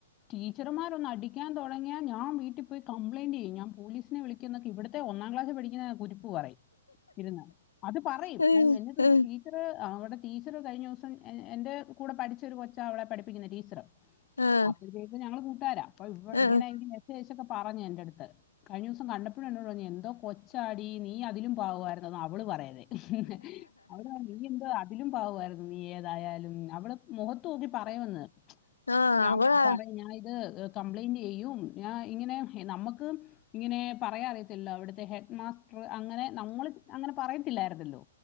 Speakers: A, on the left; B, on the left.
A: ടീച്ചർമാർ ഒന്നടിക്കാൻ തുടങ്ങിയാ ഞാൻ വീട്ടി പോയി കംപ്ലയിന്റ് ചെയ്യും ഞാൻ പോലീസിനെ വിളിക്ക ക്കും ന്നൊക്കെ ഇവിത്തെ ഒന്നാം ക്ലാസ് പഠി ന്ന കുരുപ്പ് പറയും ഇരുന്ന് അത് പറയും
B: ഉം
A: എന്നിട്ടൊരു
B: ഉം
A: ടീച്ച ടീച്ചറ് അവടെ ടീച്ചറ് കഴിഞ്ഞ ദിവസം എൻ്റെ കൂടെ പഠിച്ചൊരു കൊച്ചാണ് അവളെ പഠിപ്പിക്കുന്ന ടീച്ചറ്
B: ആഹ്
A: അപ്പഴത്തേക്കും ഞങ്ങള് കൂട്ടുകാരാ അപ്പൊ ഇവ
B: ആഹ്
A: ഇങ്ങനെങ്കി വിശേഷം ഒക്കെ പറഞ്ഞു എന്റെ അടുത്ത് കഴിഞ്ഞ ദിവസം കണ്ടപ്പോഴും എന്നോട് പറുഞ്ഞു എന്തോ കൊ ച്ചാടി നീ അതിലും പവമായിരുന്നു ന്ന് അവള് പറയവേ അവടെ നീ എന്താ തിലും പാവമായിരുന്നു നീ ഏതായാലും അവടെ മുഖത്ത് നോക്കി പറയുമെന്ന്
B: ആഹ്
A: ഞാൻ
B: അവളാ
A: പറയും ഞാൻ ഇത് കംമ്പ്ലന്റ് ചെയ്യും ഞൻ ഇങ്ങനെ നമുക്ക് ഇങ്ങനെ പറയാൻ അറിയത്തില്ലോ അവിടുത്തെ ഹെ ഹഡ് മാസ്റ്റർ അങ്ങനെ നമ്മൾ അങ്ങനെ പറയത്തില്ലായിരുന്നല്ലോ